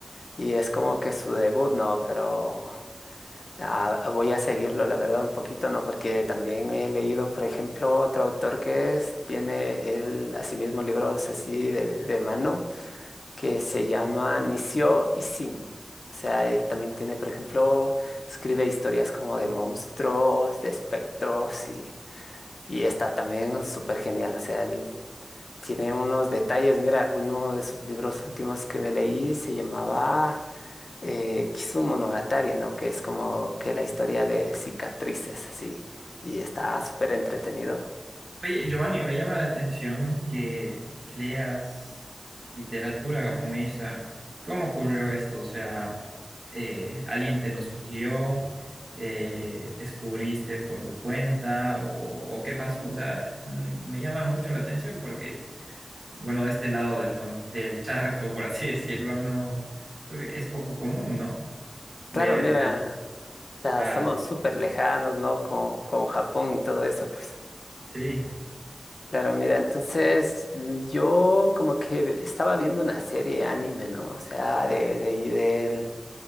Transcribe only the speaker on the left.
y es como que su debut, ¿no? Pero Ah, voy a seguirlo, la verdad, un poquito, ¿no? Porque también he leído, por ejemplo, otro autor que es- tiene él asimismo libros así de, de mano que se llama Nisio Isin. O sea, él también tiene, por ejemplo, escribe historias como de monstruos, de espectros y, y está también súper genial. O sea, él tiene unos detalles. Mira, uno de sus libros últimos que me leí se llamaba eh, Kisumonogatari, ¿no? Que es como que la historia de cicatrices, sí, y está súper entretenido.
Claro, mira,
ya
estamos súper lejanos, ¿no? Con, con Japón y todo eso, pues.
Claro, mira, entonces yo como que estaba viendo una serie anime, ¿no? O sea, de, de, ahí del,